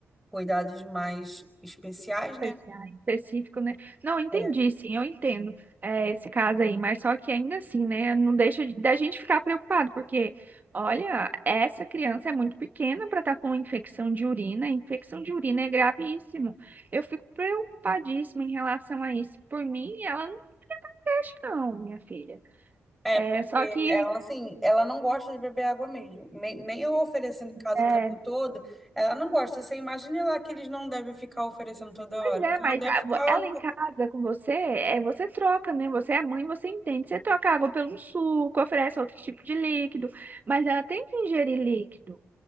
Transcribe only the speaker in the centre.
cuidados mais especiais, né?
É.
É,
porque
ela, assim, ela não gosta de beber água mesmo. Nem, nem eu oferecendo em casa
o tempo todo, ela não gosta. Você imagine lá que eles não devem ficar oferecendo toda
hora.
Então,
ela deve
ficar.